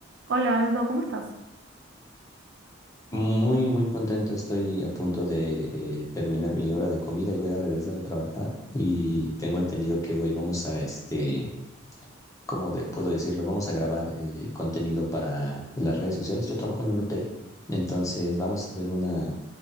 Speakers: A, on the right; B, on the left.
A: Hola Aldo, ¿cómo estás?
B: Muy, muy contento. Estoy a punto de eh, terminar mi hora de comida y voy a regresar a trabajar. Y tengo entendido que hoy vamos a, este, ¿cómo de- puedo decirlo? Vamos a grabar eh, contenido para las redes sociales. Yo trabajo en un hotel, entonces vamos a hacer una